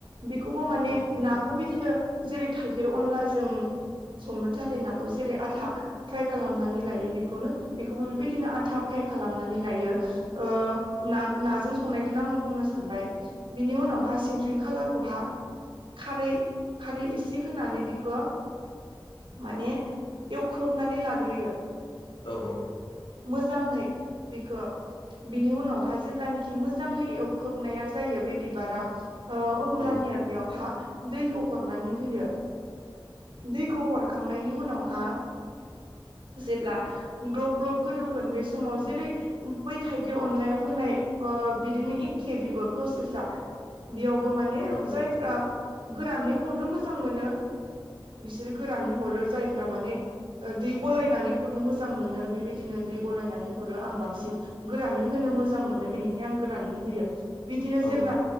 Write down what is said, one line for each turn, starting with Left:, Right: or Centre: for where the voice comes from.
Right: बेखौबो माने
Left: औ नंगौ
Right: नाखौ बिदिनो जेरै थाइगिर अनलाजों संनो थाखाय नाखौ जेरै आथा फ्राय खालामनानै लायो बेखौनो बेखौबो बेबायदिनो आथा फ्राय खालामनानै लायो। ओ नान नाजों संनायखौनो आङो बुंनो सानबाय। बिनि उनावहा
Left: औ
Right: सिनस्रिंखालाखो बेखौहा खारै खारै एसे होनानै बिखौ माने एवख्रबनानै लाग्रोयो।
Left: औ
Right: मोजाङै बेखौ बिनि उनावहा जेब्लानाखि मोजाङै एवख्रबनाया जायो बे बिबारा ओ अमलानिया
Left: औ
Right: बेयावहा दैखौ हर हनानै होयो दैखौ हर खांनायनि उनावहा जेब्ला ग्लब ग्लब गोदौगोन बे समाव जेरै बै थाइगिर अनलायाव होनाय ओ बिदिनो एखे बिबो प्रसेसा बेयाव माने
Left: औ
Right: जायफ्रा गोरानै हरनो मोजां मोनो बिसोरो गोरानै हरो जायफ्रा माने दै गलायनानै हरनो मोजां मोनो बेबायदिनो दै गलायनानै हरो आं बांसिन गोरानै होनो मोजां मोनो बिनिखाय आं गोरानै होयो बिदिनो
Left: औ
Right: जेब्ला